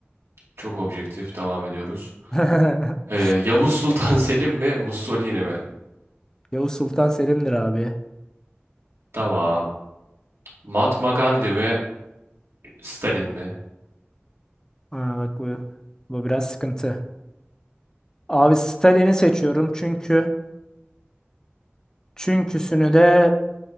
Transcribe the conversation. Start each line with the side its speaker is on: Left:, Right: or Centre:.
Right: Çok objektif. Devam ediyoruz.
Left: <laughs>
Right: Ee, Yavuz Sultan <laughs> Selim mi? Mussolini mi?
Left: Yavuz Sultan Selim'dir abi.
Right: Tamam. Mahatma Gandhi mi? Stalin mi?
Left: Ha, bak bu bu biraz sıkıntı. Abi Stalin'i seçiyorum çünkü çünküsünü de